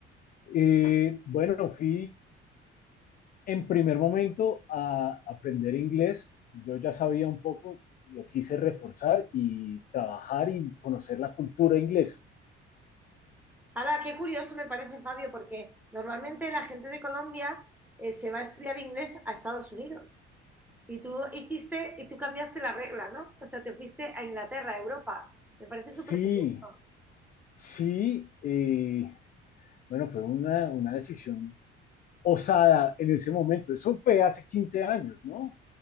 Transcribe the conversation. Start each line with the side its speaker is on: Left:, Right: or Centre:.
Left: Eh, bueno, fui en primer momento a aprender inglés. Yo ya sabía un poco, lo quise reforzar y trabajar y conocer la cultura inglesa.
Centre: Hala, qué curioso me parece, Fabio, porque normalmente la gente de Colombia eh, se va a estudiar inglés a Estados Unidos. Y tú hiciste, y tú cambiaste la regla, ¿no? O sea, te fuiste a Inglaterra, a Europa. Me parece
Left: Sí,
Centre: súper curioso.
Left: sí, eh, bueno, fue una, una decisión osada en ese momento. Eso fue hace 15 años, ¿no?